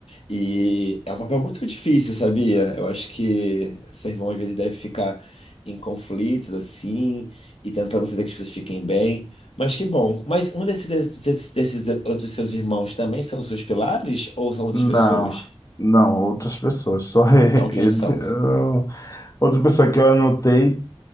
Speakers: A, on the left (about 75°); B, on the left (about 35°).
A: E é um papel muito difícil, sabia? Eu acho que seu irmão às vezes deve ficar em conflitos assim e tentando fazer que as pessoas fiquem bem. Mas que bom. Mas um desses, desses, desses outros seus irmãos também são seus pilares ou são outras
B: Não,
A: pessoas?
B: não, outras pessoas. Só <laughs>
A: Então quem
B: ele.
A: são?
B: eu- Outra pessoa que eu anotei